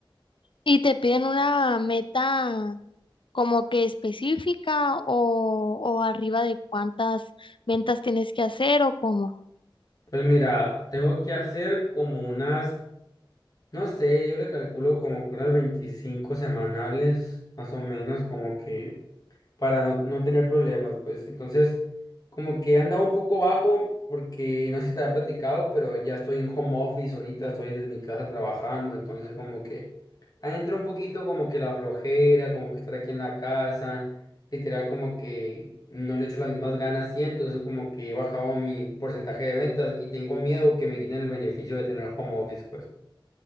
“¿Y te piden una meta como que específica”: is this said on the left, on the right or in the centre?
Left